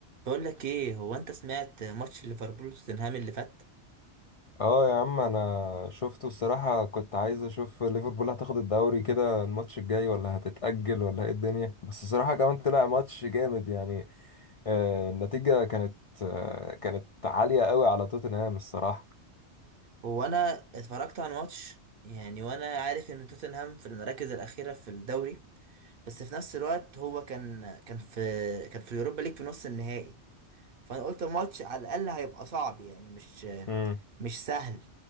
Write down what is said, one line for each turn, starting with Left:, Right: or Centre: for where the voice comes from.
Right: بقول لك ايه هو انت سمعت ماتش ليفربول وتوتنهام اللي فات
Left: اه يا عم انا شفته الصراحة كنت عايز اشوف ليفربول هتاخد الدوري كده الماتش الجاي ولا هتتأجل ولا ايه الدنيا بس الصراحة كمان طلع ماتش جامد يعني آه النتيجة كانت آه كانت عالية قوي على توتنهام الصراحة
Right: هو انا اتفرجت على الماتش يعني وانا عارف ان توتنهام في المراكز الاخيره في الدوري بس في نفس الوقت هو كان كان في كان في اليوروبا ليج في نص النهائي فانا قلت الماتش على الاقل هيبقى صعب يعني مش
Left: امم
Right: مش سهل